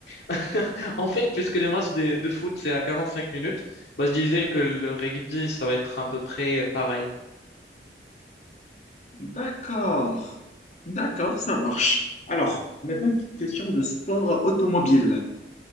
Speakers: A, on the left (about 65°); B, on the left (about 40°).
A: <laughs> En fait, puisque le match de, de foot, c'est à 45 minutes, bah, je disais que le rugby, ça va être à peu près euh, pareil.
B: D'accord. D'accord, ça marche. Alors, maintenant une petite question de sport automobile.